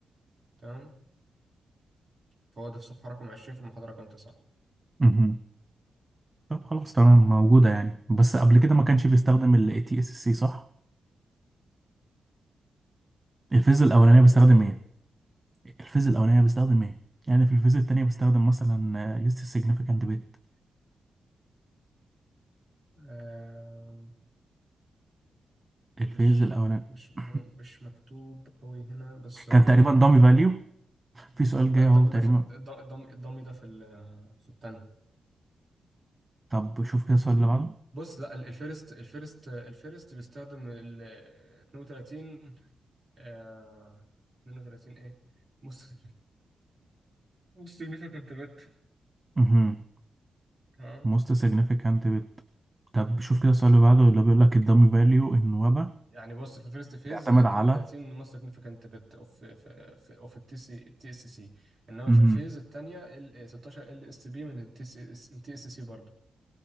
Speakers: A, on the right (about 35°); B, on the right (about 15°).
A: تام فهذا الصفحة رقم عشرين في محضر رقم تسعة
B: مهم. طب خلاص تمام موجودة يعني بس قبل كده ما كانش بيستخدم ال تي اس سي صح الفيز الأولانية
A: ابي
B: بيستخدم
A: كده
B: إيه؟ الفيز الأولانية بستخدم إيه؟ يعني في الفيز التانية بستخدم مثلا ليست significant bit
A: في
B: الفيز
A: مش
B: الأولاني
A: مش
B: <coughs>
A: هو مش مكتوب قوي هنا بس
B: <clears throat> كان
A: هو
B: تقريبا
A: م-
B: dummy value
A: مع
B: في سؤال
A: لا
B: جاي
A: الضم
B: أهو تقريبا
A: ده في الض- الضم الضم ده في ال- في الثانية
B: طب شوف كده السؤال اللي بعده
A: بص لا ال- الفيرست الفيرست الفيرست بيستخدم ال 32 آه 32 ايه بص بص significant bit
B: مهم.
A: ها
B: most significant bit طب شوف كده السؤال اللي
A: اه
B: بعده اللي بيقول لك الدامي فاليو النوبة
A: يعني بص في الفيرست فيز
B: بيعتمد
A: 32
B: على
A: most significant bit of في في اوف التي سي التي اس سي انما
B: مهم.
A: في الفيز الثانيه ال 16 ال اس بي من التي سي التي اس سي برضه